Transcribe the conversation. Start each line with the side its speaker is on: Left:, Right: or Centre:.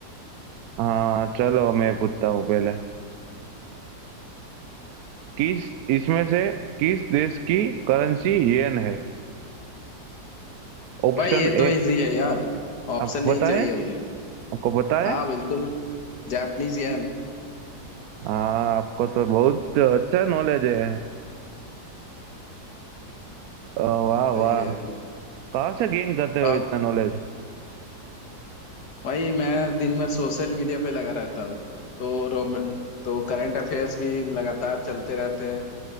Right: हाँ चलो मैं पूछता हूँ पहले किस इसमें से किस देश की करेंसी येन है Option
Left: भाई ये तो
Right: A
Left: इजी है यार ऑप्शन
Right: आपको
Left: नहीं
Right: पता
Left: चाहिए
Right: है
Left: मुझे
Right: आपको पता
Left: हाँ
Right: है
Left: बिल्कुल जापानीज येन
Right: हाँ आपको तो बहुत अच्छा नॉलेज है अ, वाह
Left: सही
Right: वाह
Left: है
Right: कहाँ से गेन करते
Left: अब
Right: हो इतना नॉलेज
Left: भाई मैं दिन भर सोशल मीडिया पे लगा रहता हूँ तो रोम तो करंट अफेयर्स भी लगातार चलते रहते हैं